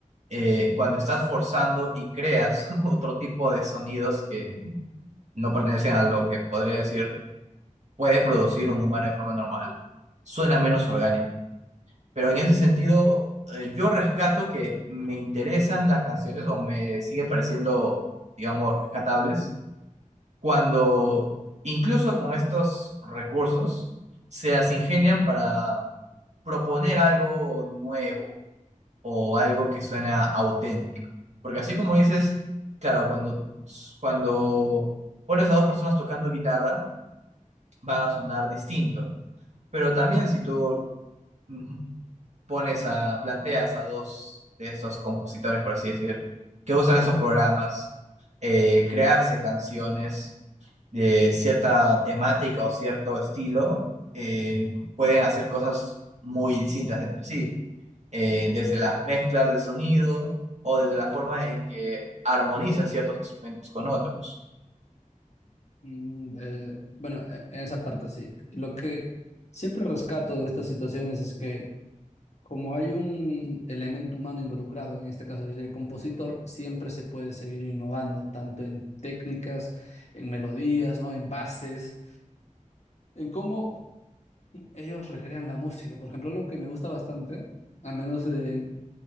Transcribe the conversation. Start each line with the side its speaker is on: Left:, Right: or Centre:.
Right: eh, cuando estás forzando y creas <laughs> otro tipo de sonidos que no pertenecen a lo que podría decir puede producir un humano de forma normal, suena menos orgánico. Pero en ese sentido, eh, yo rescato que me interesan las canciones o me siguen pareciendo, digamos, rescatables, cuando incluso con estos recursos se las ingenian para proponer algo nuevo o algo que suena auténtico. Porque así como
Left: Mm,
Right: dices, claro, cuando, cuando pones a dos personas tocando guitarra, van a sonar distinto. Pero también si tú mm, pones a, planteas a dos de estos compositores, por así decir, que usan esos programas, eh, crearse canciones de cierta temática o cierto estilo, eh, pueden hacer cosas muy distintas entre sí eh, desde las mezclas de sonido o desde la forma en que armonizan ciertos instrumentos con otros.
Left: mm, eh, bueno, e- en esa parte sí. Lo que siempre rescato de estas situaciones es que Como hay un elemento humano involucrado, en este caso sería el compositor, siempre se puede seguir innovando, tanto en técnicas, en melodías, ¿no? En bases, en cómo ellos recrean la música. Por ejemplo, lo que me gusta bastante, al menos de,